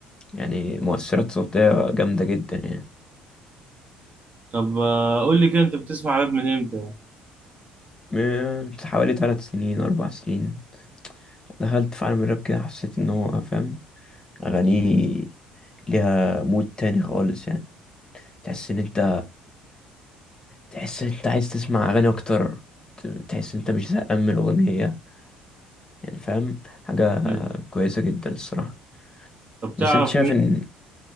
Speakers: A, on the left (about 20°); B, on the right (about 40°).
A: يعني مؤثرات صوتيه جامده جدا يعني
B: طب آه، قول لي كده انت بتسمع راب من امتى
A: من حوالي ثلاث سنين اربع سنين دخلت في عالم الراب كده حسيت ان هو فاهم اغانيه ليها مود تاني خالص يعني تحس ان انت تحس ان انت عايز تسمع اغاني اكتر ت- تحس ان انت مش زهقان من الاغنيه يعني فاهم حاجه
B: يعني
A: كويسه جدا الصراحه
B: طب تعرف
A: بس انت شايف
B: مين
A: ان